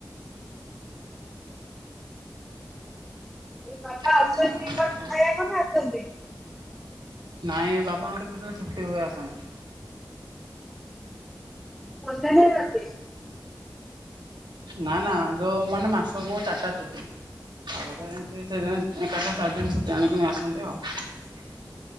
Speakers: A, in the centre; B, on the right (about 80°).
A: ବାପା
B: ଆଉ
A: ଆସନ୍ତି
B: କଣ
A: ଦ୍ୱିପହର
B: ଏମିତି ଆଉ
A: ଖାଇବାକୁ ନାଁ ଆସନ୍ତିନି?
B: ନାଇଁ ବାପାଙ୍କର କେତେବେଳେ ଛୁଟି ହୁଏ ଆସନ୍ତି।
A: <unintelligible>
B: ନାଁ ନାଁ ଯୋଉ ମାନେ ମାସକୁ ଚାରିଟା ଛୁଟି ତାପରେ ସେ ସେଇଥିପାଇଁ ଏକାଥରେ ଚାରି ଦିନି ଛୁଟି ଆଣିକି ଆସନ୍ତି ଆଉ।